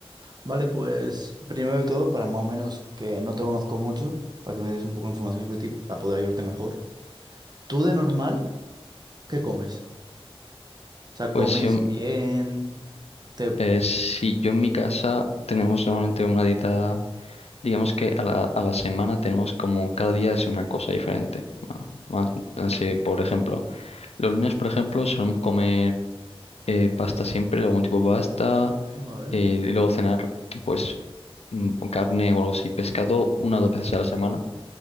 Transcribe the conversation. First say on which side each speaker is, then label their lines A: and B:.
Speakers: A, on the right; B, on the left.
A: Vale, pues primero de todo, para más o menos que no te conozco mucho, para que me des un poco de información sobre ti, para poder ayudarte mejor. ¿Tú de normal qué comes? O sea, ¿comes
B: Pues si yo,
A: bien? Te...
B: eh, sí, yo en mi casa tenemos normalmente una dieta, digamos que a la, a la semana tenemos como cada día es una cosa diferente. Más, más, no sé, por ejemplo, los lunes, por ejemplo, solemos comer. eh, pasta siempre, algún tipo de pasta,
A: Vale.
B: eh, y luego cenar, pues, mm, con carne o algo así, pescado una o dos veces a la semana,